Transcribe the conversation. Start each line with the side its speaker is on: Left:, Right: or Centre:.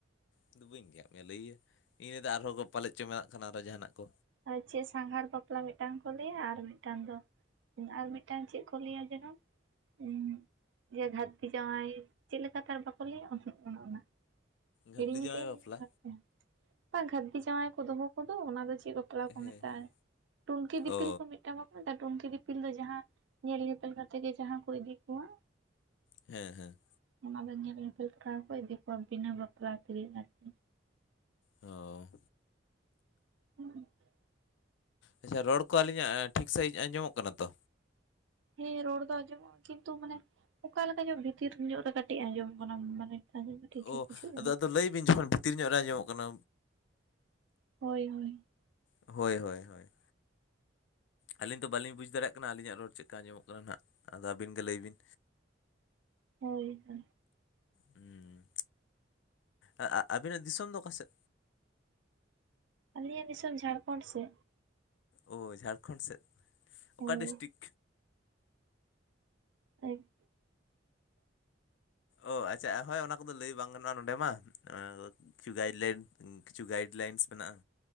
Left: <unintelligible> ᱢᱮᱭᱟ ᱞᱟᱹᱭᱟ ᱤᱧ <unintelligible> ᱟᱨᱦᱚᱸ ᱯᱟᱞᱮᱫ ᱪᱚ ᱢᱮᱱᱟᱜ ᱠᱟᱱᱟ ᱟᱨᱦᱚᱸ ᱡᱟᱦᱟᱱᱟᱜ ᱠᱚ
Right: ᱟᱨ ᱪᱮᱫ ᱥᱟᱸᱜᱷᱟᱨ ᱵᱟᱯᱞᱟ ᱢᱤᱫᱴᱟᱝ ᱠᱚ ᱞᱟᱹᱭᱟ ᱟᱨ ᱢᱤᱫᱴᱟᱝ ᱫᱚ ᱟᱨ ᱢᱤᱫᱴᱟᱝ ᱪᱮᱫ ᱠᱚ ᱞᱟᱹᱭᱟ ᱡᱮᱱᱚ ᱦᱩᱸ ᱡᱮ ᱜᱷᱟᱹᱨᱫᱤ ᱡᱟᱶᱟᱭ ᱪᱮᱫ ᱞᱮᱠᱟᱛᱮ ᱟᱨ ᱵᱟᱠᱚ ᱞᱟᱹᱭᱟ ᱩᱸᱦᱩᱸᱜ ᱚᱱᱮ ᱚᱱᱟ
Left: ᱜᱷᱟᱹᱨᱫᱤ
Right: ᱦᱤᱲᱤᱧ
Left: ᱡᱟᱶᱟᱭ
Right: ᱠᱟᱜ ᱤᱧ,
Left: ᱵᱟᱯᱞᱟ
Right: <unintelligible> ᱜᱷᱟ‌. ᱨᱫᱤ ᱡᱟᱶᱟᱭ ᱠᱚ ᱫᱚᱦᱚ ᱠᱚᱫᱚ ᱚᱱᱟ ᱫᱚ ᱪᱮᱫ ᱵᱟᱯᱞᱟ ᱠᱚ
Left: ᱦᱮᱸ
Right: ᱢᱮᱛᱟᱜᱼᱟ
Left: ᱦᱮᱸ
Right: ᱴᱩᱱᱠᱤ ᱫᱤᱯᱤᱞ
Left: ᱚ
Right: ᱠᱚ ᱢᱤᱫᱴᱟᱝ ᱵᱟᱠᱳ <unintelligible> ᱴᱩᱝᱠᱤ ᱫᱤᱯᱤᱞ ᱫᱚ ᱡᱟᱦᱟᱸ ᱧᱮᱞ ᱧᱮᱯᱮᱞ ᱠᱟᱛᱮ ᱜᱮ ᱡᱟᱦᱟᱸ ᱠᱚ ᱤᱫᱤ ᱠᱚᱣᱟ
Left: ᱦᱮᱸ ᱦᱮᱸ
Right: ᱚᱱᱟ ᱫᱚ ᱧᱮᱞ ᱯᱮᱞ ᱛᱟᱨᱟ ᱠᱚ ᱤᱫᱤ ᱠᱚᱣᱟ ᱵᱤᱱᱟᱹ ᱵᱟᱯᱞᱟ ᱛᱮᱜᱮ ᱟᱨᱠᱤ
Left: ᱚᱻ
Right: <unintelligible>
Left: ᱟᱪᱷᱟ ᱨᱚᱲ ᱠᱚ ᱟᱹᱞᱤᱧᱟᱜ ᱴᱷᱤᱠ ᱥᱟᱺᱦᱤᱡ ᱟᱸᱡᱚᱢᱚᱜ ᱠᱟᱱᱟ ᱛᱚ
Right: ᱦᱮᱸ ᱨᱚᱲ ᱫᱚ ᱟᱸᱡᱚᱢᱚᱜᱼᱟ ᱠᱤᱱᱛᱩ ᱢᱟᱱᱮ ᱚᱠᱟᱮ ᱞᱮᱠᱟ ᱧᱚᱜ ᱵᱷᱤᱛᱤᱨ ᱧᱚᱜ ᱨᱮ ᱠᱟᱹᱴᱤᱡ ᱟᱸᱡᱚᱢᱚᱜ ᱠᱟᱱᱟ ᱢᱟᱱᱮ ᱟᱸᱡᱚᱢ ᱫᱚ ᱴᱷᱤᱠ ᱜᱮ
Left: ᱚᱦ
Right: ᱵᱩᱡᱷᱟᱹᱜ ᱠᱟᱱᱟ
Left: ᱟᱫᱚ ᱟᱫᱚ ᱞᱟᱹᱭ ᱵᱤᱱ ᱡᱚᱠᱷᱚᱱ ᱵᱷᱤᱛᱤᱨ ᱧᱚᱜ ᱨᱮ ᱟᱸᱡᱚᱢᱚᱜ ᱠᱟᱱᱟ
Right: ᱦᱳᱭ ᱦᱳᱭ
Left: ᱦᱳᱭ ᱦᱳᱭ ᱦᱳᱭ ᱟᱹᱞᱤᱧ ᱫᱚ ᱵᱟᱹᱞᱤᱧ ᱵᱩᱡᱽ ᱫᱟᱲᱮᱭᱟᱜ ᱠᱟᱱᱟ ᱟᱹᱞᱤᱧᱟᱜ ᱨᱚᱲ ᱪᱮᱫᱠᱟ ᱟ. ᱧᱢᱚᱜ ᱠᱟᱱᱟ ᱦᱟᱸᱜ ᱟᱫᱚ ᱟᱹᱵᱤᱱ ᱜᱮ ᱞᱟᱹᱭᱵᱤᱱ
Right: ᱦᱳᱭ ᱦᱳᱭ
Left: ᱦᱩᱸ ᱟ ᱟ ᱟᱵᱤᱱᱟᱜ ᱫᱤᱥᱚᱢ ᱫᱚ ᱚᱠᱟᱥᱮᱫ?
Right: ᱟᱞᱤᱧᱟᱜ ᱫᱤᱥᱚᱢ ᱡᱷᱟᱲᱠᱷᱚᱸᱰ ᱥᱮᱫ᱾
Left: ᱳ ᱡᱷᱟᱲᱠᱷᱚᱸᱰ ᱥᱮᱫ ᱚᱠᱟ
Right: ᱦᱳᱭ
Left: ᱰᱤᱥᱴᱤᱠ?
Right: ᱟᱡ <unintelligible>
Left: ᱚ ᱟᱪᱷᱟ ᱦᱳᱭ ᱚᱱᱟ ᱠᱚᱫᱚ ᱞᱟᱹᱭ ᱵᱟᱝ ᱜᱟᱱᱚᱜᱼᱟ ᱱᱚᱸᱰᱮ ᱢᱟ <unintelligible> ᱠᱤᱪᱷᱩ ᱜᱟᱭᱤᱰ ᱞᱟᱭᱤᱱ ᱠᱤᱪᱷᱩ ᱜᱟᱭᱤᱰ ᱞᱟᱭᱤᱱᱥ ᱢᱮᱱᱟᱜᱼᱟ